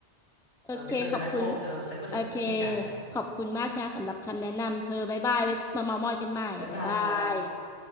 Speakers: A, in the centre; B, on the left.
A: โอเคขอบคุณ
B: เออไปเจอกันแมคโครเธอ ฉันก็จะไปซื้อเหมือนกัน
A: โอเคขอบคุณมากนะสำหรับคำแนะนำเธอบ๊ายบายไว้มาเมามอยกันใหม่บ๊ายบาย
B: บ๊ายบายจ้า